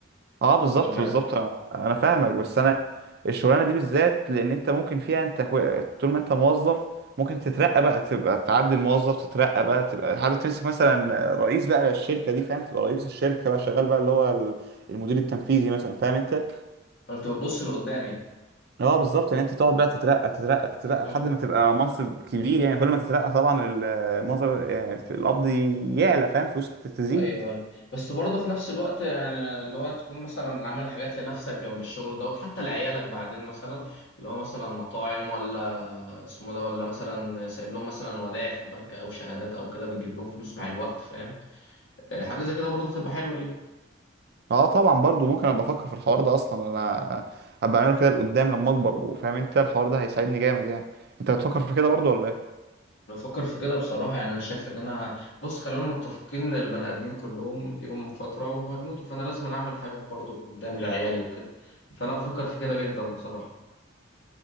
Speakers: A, on the right; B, on the left.
A: اه بالظبط
B: طول حياتك
A: بالظبط انا أنا فاهمك بس انا الشغلانه دي بالذات لان انت ممكن فيها انت كو- طول ما انت موظف ممكن تترقى بقى تبقى تعدي الموظف تترقى بقى تبقى حابب تمسك مثلا رئيس بقى للشركه دي فاهم تبقى رئيس الشركه بقى شغال بقى اللي هو ال- المدير التنفيذي مثلا فاهم انت
B: فانت بتبص لقدام
A: اه بالظبط ان انت تقعد بقى تترقى تترقى تترقى
B: يعني
A: لحد ما تبقى منصب كبير يعني كل ما تترقى طبعا المنظر يعني في القبض يعلى فاهم فلوسك تزيد
B: ايوه أيوة. بس برضه في نفس الوقت آه، اللي هو تكون مثلا عامل حاجات لنفسك جنب الشغل دوت حتى لعيالك بعدين مثلا اللي هو مثلا مطاعم ولا اسمه ده ولا مثلا سايب لهم مثلا ودائع في البنك او شهادات او كده بتجيب لهم فلوس مع الوقت فاهم آه، حاجه زي كده برضه تبقى حلوه ليه
A: اه طبعا برضو ممكن ابقى افكر في الحوار ده اصلا انا ابقى اعمله كده لقدام لما اكبر وفاهم انت الحوار ده هيساعدني جامد يعني انت بتفكر
B: مم.
A: في كده برضو ولا ايه
B: انا بفكر في كده بصراحه يعني انا شايف ان انا بص خلينا متفقين ان البني ادمين كلهم ليهم فتره وهيموتوا فانا لازم اعمل حاجه برضه قدام لعيالي وكده فانا بفكر في كده جدا بصراحه